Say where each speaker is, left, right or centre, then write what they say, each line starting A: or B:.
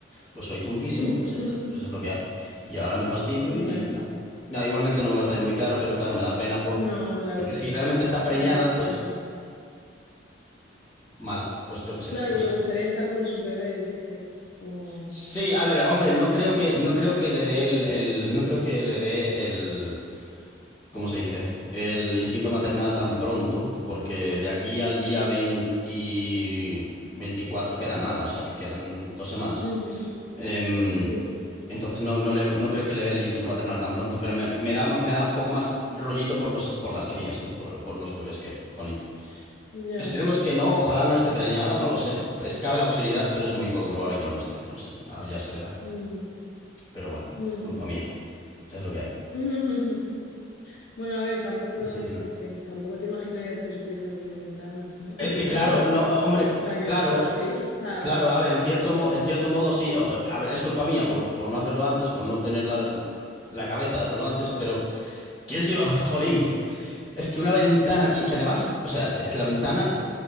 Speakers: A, on the left; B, on the left.
A: pues soy tontísimo,
B: <laughs>
A: pues ya está, pues es lo que hay. Y ahora me fastidio
B: Bueno,
A: y nada. Nada, igualmente no me va a salir muy caro, pero claro, me da pena por...
B: no, claro
A: porque
B: que
A: si realmente está preñada,
B: tampoco es
A: pues
B: caro.
A: mala, pues yo qué sé,
B: Claro
A: no
B: que
A: sé.
B: le gustaría estar con sus bebés, dices. O...
A: Sí, a ver, hombre, no creo que, no creo que le dé el, el- no creo que le dé el, ¿cómo se dice? El instinto maternal tan pronto, porque de aquí al día 20, 24 queda nada, o sea que quedan dos semanas.
B: Ujú,
A: Em,
B: Sí,
A: Entonces no, no, le- no creo que le dé el instinto maternal tan pronto, pero me, me da, me da un poco más rollito por los, por las crías, ¿no? Por, por los bebés que, jolín.
B: ya.
A: Esperemos que no, ojalá no esté preñada, no lo sé. Es, cabe la posibilidad, pero es muy poco probable que no lo esté, no sé. Ah, ya se verá.
B: Mm,
A: Pero bueno,
B: mm.
A: culpa mía, es lo que hay.
B: <laughs> Bueno, a ver, tampoco
A: Así
B: yo,
A: que
B: yo
A: nada.
B: qué sé, tampoco te imaginarías que supiese abrir ventanas, ¿no? Pero
A: Es que
B: ¿qué tipo
A: claro,
B: de ventanas
A: no,
B: tenéis
A: hombre,
B: para que
A: claro,
B: las pueda abrir? O sea,
A: claro, a ver, en cierto, mo- en cierto modo sí, o- a ver, es culpa mía por, por no hacerlo antes, por no tener la, la cabeza de hacerlo antes, pero ¿quién se iba, <laughs> jolín? Es que una ventana, tío, que además, o sea, es que la ventana